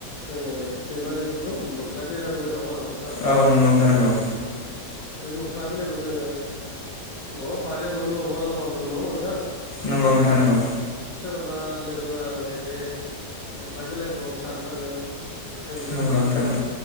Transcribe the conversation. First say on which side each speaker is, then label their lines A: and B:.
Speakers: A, on the left (about 55°); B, on the left (about 20°).
A: जोंनो बे मा होनो बेखौ मोखा बेरायनांगौ जा जादों नामा नोंथां
B: औ नंगौ नोंथां नंगौ
A: औ बे मोखोना बिलाइखौ जोङो बबेबा बारियाव मोनो बबेबा लामा मोनो नङा होनबा नोंथां।
B: नंगौ नोंथां नंगौ
A: सोरबा लोगो नांनानै बे मोखोना बिलाइखौ खानो थाङो मोखोना बिबार
B: नंगौ नोंथां
A: थाङो
B: नंगौ